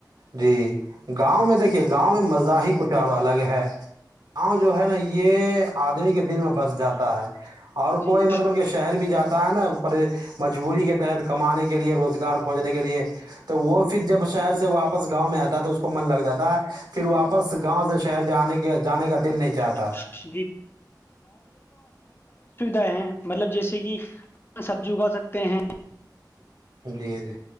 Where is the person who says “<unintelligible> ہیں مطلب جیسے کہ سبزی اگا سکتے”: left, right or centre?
Left